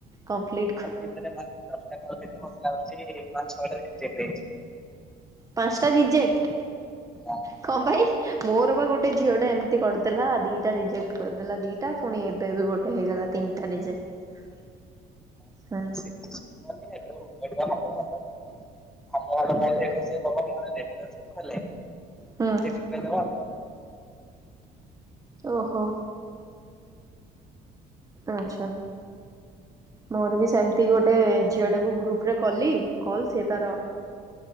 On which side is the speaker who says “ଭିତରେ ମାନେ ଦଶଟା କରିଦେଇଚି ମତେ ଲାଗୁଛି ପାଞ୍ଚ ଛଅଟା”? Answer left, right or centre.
Centre